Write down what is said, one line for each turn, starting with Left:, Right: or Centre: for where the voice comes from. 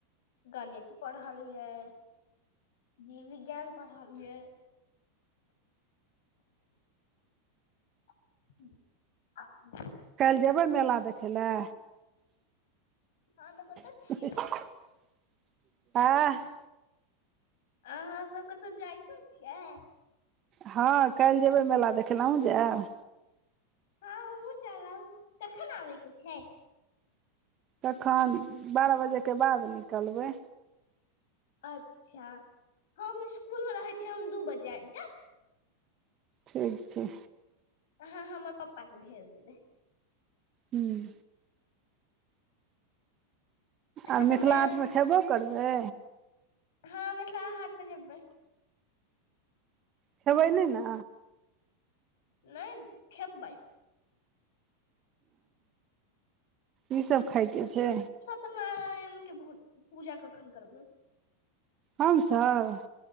Left: गणित पढ़लियै जीव विज्ञान पढ़लियै <inaudible>
Right: काल्ह जेबै मेला देखै लए
Left: हँ तऽ
Right: ही
Left: छियै
Right: ही ही ही ए
Left: अहाँ सबके कतोऽ जाइतो छियै
Right: हँ काल्हि जेबै मेला देखयले आहुँ जायब
Left: हँ हमहुँ चलब कखन आबै के छै
Right: कखन बारह बजेके बाद निकलबै
Left: अच्छा हम इसकूल मे रहै छिय हम दू बजे आब जा
Right: ठीक छै
Left: हँ हमर पप्पा के भेज देब
Right: हूँ
Left: अच्छा
Right: आ
Left: तऽ
Right: मिथिला
Left: मेल
Right: हाटमे छैबो करबै
Left: हँ मिथिला हाट मे जेबे
Right: खेबै नै ने
Left: नहि खेबै
Right: ई सब खायके छै
Left: त नारायण के भ पूजा कखन करबै
Right: हमसभ